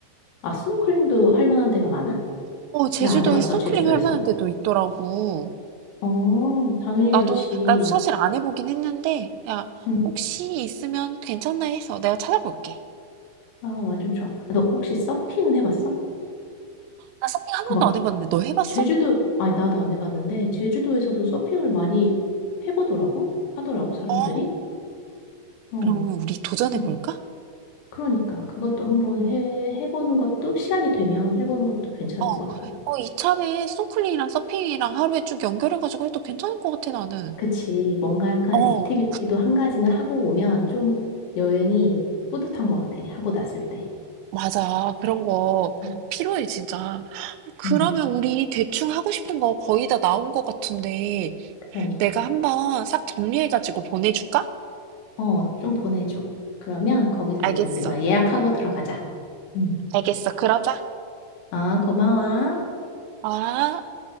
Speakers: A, on the left; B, on the right.
A: 아, 스노클링도 할 만한 데가 많아?
B: 어 제주도에
A: 나 안 해봤어,
B: 스노클링
A: 제주도에서.
B: 할 만한 데도 있더라고.
A: 어, 당연히
B: 나도
A: 좋지.
B: 나도 사실 안 해보긴 했는데 야
A: 음.
B: 혹시 있으면 괜찮나 해서 내가 찾아볼게.
A: 아, 완전 좋아. 아, 너 혹시 서핑은 해봤어?
B: 나 서핑 한
A: 그
B: 번도
A: 막,
B: 안 해봤는데 너 해봤어?
A: 제주도, 아니, 나도 안 해봤는데, 제주도에서도 서핑을 많이 해보더라고? 하더라고, 사람들이.
B: 어
A: 어,
B: 그럼 우리 도전해볼까?
A: 그래서, 그러니까, 그것도 한번 해, 해보는 것도, 시간이 되면 해보는 것도 괜찮을
B: 어,
A: 것 같고.
B: 어, 이참에 스노클링이랑 서핑이랑 하루에 쭉 연결해가지고 해도 괜찮을 것 같아, 나는.
A: 그치. 뭔가 약간
B: 어,
A: 액티비티도 한 가지는 하고 오면 좀 여행이 뿌듯한 것 같아. 하고 났을 때.
B: 맞아. 그런 거
A: 음,
B: 필요해, 진짜. 그러면
A: 음,
B: 우리 대충 하고 싶은 거 거의 다 나온 것 같은데,
A: 그러니까.
B: 내가 한번 싹 정리해가지고 보내줄까?
A: 어, 좀 보내줘. 그러면 거기서 이제
B: 알겠어.
A: 우리가 예약하고 들어가자. 음.
B: 알겠어. 그러자.
A: 아, 고마워.
B: 아.